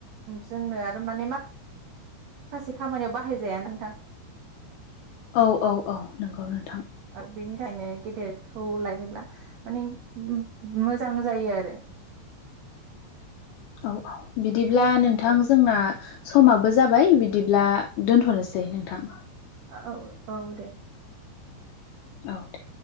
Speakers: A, on the right (about 80°); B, on the left (about 80°).
A: जोंनो आरो माने मा खासे खामानियाव बाहायजायाना नोंथां।
B: औ औ औ नंगौ नों
A: औ बेनि खायनो गेदेरखौ लायोब्ला माने मोजां जायो आरो
B: औ औ बि बिदिब्ला नोंथां
A: औ
B: जोंना समाबो जाबाय बिदिब्ला दोनथ'नोसै नोंथां
A: ओ-औ औ दे
B: औ दे